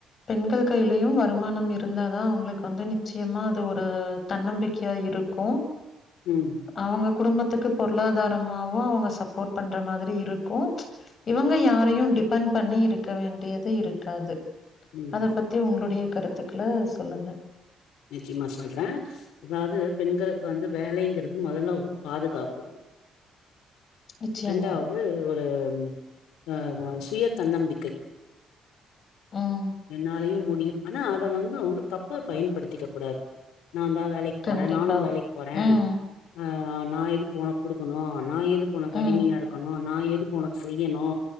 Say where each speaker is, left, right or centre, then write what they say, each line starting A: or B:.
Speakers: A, on the left (about 50°); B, on the left (about 85°).
A: பெண்கள் கையிலயும் வருமானம் இருந்த தா அவுங்களுக்கு வந்து நிச்சயமா அது ஒரு தன்னம்பிக்கையா இருக்கு
B: ம்
A: அவுங்க குடும்பத்துக்கு பொருளாதாரமாவு அவுங்க சப்போர்ட் பண்ற மாதிரி இருக்கு இவுங்க யாரையு டிபெண்ட் பண்ணி இருக்க வேண்டியது இருக்காது
B: ம்
A: அத பத்தி உங்களுடைய கருத்துக்கள சொல்லுங்க
B: நிச்சயமா சொல்ற அதாவது பெண்களுக்கு வந்து வேலங்கிறது முதல்ல ஒரு பாதுகாப்பு
A: நிச்சயமா.
B: ரெண்டாவது ஒரு அ வ சுய தன்னம்பிக்கை
A: ம்.
B: என்னாலயையு முடியு ஆனா அத வந்து அவுங்க தப்ப பயன்படுத்திக்க கூடாது நா தா வேலைக்
A: கண்டிப்பா.
B: போற நானு வேலைக்கு போறே
A: ம்.
B: ஆ நா எதுக்கு உனக்கு குடுக்கணு நா எதுக்கு உனக்கு அடிமையா
A: ம்.
B: இருக்கணு நா எது ஒனக்கு செய்யணு